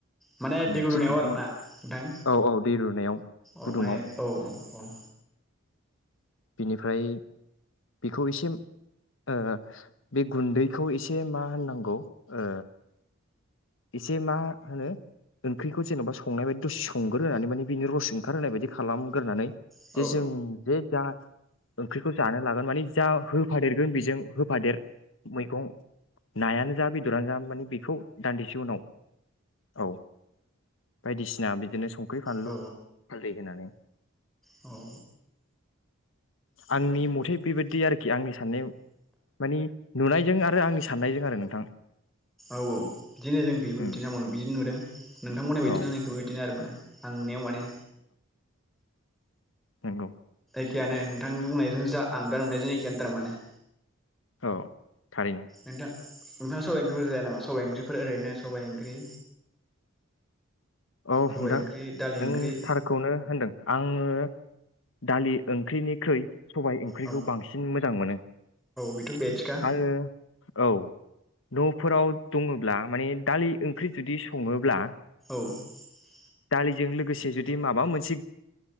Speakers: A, in the centre; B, on the left (about 65°).
A: माने
B: उम
A: दैगुदुनायाव
B: थिग बिदिनो
A: आरोना नोंथां
B: औ औ दै रुनायाव गुदुङाव
A: औ माने औ औ औ
B: बिनिफ्राय बेखौ एसे ओ बे गुन्दैखौ एसे मा होननांगौ ओ एसे मा होनो ओंख्रिखौ जेनेबा संनाय बायदि दसे संगोरोनानै माने बेनि रस ओंखारहोनाय बायदि खालामग्रोनानै
A: औ
B: जे जों जे जा ओंख्रिखौ जानो लागोन माने जा होफादेरगोन बेजों होफादेर मैगं नायानो जा बेदरानो जा माने बेखौ दान्दिसे उनाव औ बायदिसिना बिदिनो संख्रि फानलु
A: औ
B: हालदै होनानै
A: औ
B: आंनि मथे ओमफ्राय बेबायदि आरोखि आंनि साननाय मानि नुनायजों आरो आंनि साननायजों आरो नोंथां
A: औ औ बिदिनो जोंनिखैबो
B: उम
A: बिदि न बिदिनो नुदों नोंथांमोननि बायदि
B: औ
A: न जोंनिखैबो बिदिनो आरो माने आं नुनायाव माने
B: नोंगौ
A: एखेयानो नोंथांनि बुंनायजों जा आं दा नुनायजों एखेयानो थारमाने
B: औ थारैनो
A: नोथां नोंथाङा सबाइ ओंख्रिफोर जाया नामा सबाइ ओंख्रिफोर ओरैनो सबाइ ओंख्रि।
B: औ
A: सबाइ
B: नोंथां
A: ओंख्रि दालि
B: नों
A: ओंख्रि
B: थारखौनो होनदों आङो दालि ओंख्रिनिख्रुइ सबाय ओंख्रिखौ
A: औ
B: बांसिन मोजां मोनो
A: बेथ' भेजखा
B: आरो औ न'फोराव दङोब्ला माने दालि ओंख्रि जुदि सङोब्ला
A: <inaudible>
B: दालिजों लोगोसे जुदि माबा मोनसे